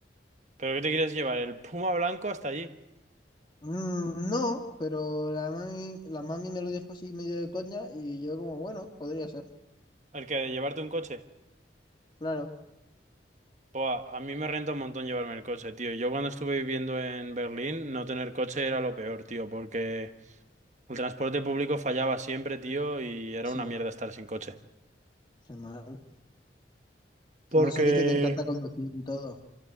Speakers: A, on the right; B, on the left.
A: ¿Pero qué te quieres llevar? ¿El Puma blanco hasta allí?
B: Mm, no, pero la mami, la mami me lo dijo así medio de coña y yo como, bueno, podría ser.
A: ¿El que de llevarte un coche?
B: Claro,
A: Buah, a mí me renta un montón llevarme el coche, tío. Yo cuando estuve viviendo en Berlín, no tener coche era lo peor, tío, porque el transporte público fallaba siempre, tío, y era
B: sí,
A: una mierda estar sin coche.
B: qué mal.
A: Porque...
B: Más a ti que te encanta conducir y todo.